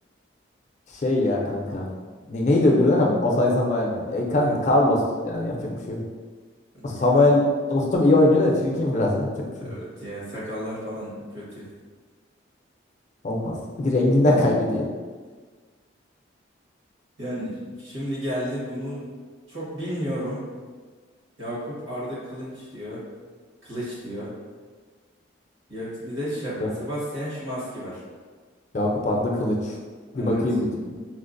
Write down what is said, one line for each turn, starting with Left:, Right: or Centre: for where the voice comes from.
Left: Şey ya kanka. Ne, neydi öbürler? Ha, Osay Samuel mi? E kanka
Right: <laughs> Aynen.
Left: Carlos yani yapacak bir şey yok. O Samuel
Right: Ya ben
Left: dostum iyi oyuncu da çirkin biraz yapacak bir şey
Right: evet
Left: yok.
Right: ya sakallar falan kötü.
Left: Olmaz. Bir de renginden kaybediyor.
Right: Yani şimdi geldi bunu çok bilmiyorum. Yakup Arda Kılıç diyor. Kılıç diyor. Ya- Bir de Şe-
Left: Ha,
Right: Sebastian Szymaski var.
Left: Yakup Arda Kılıç. Bir
Right: Evet.
Left: bakayım bir tık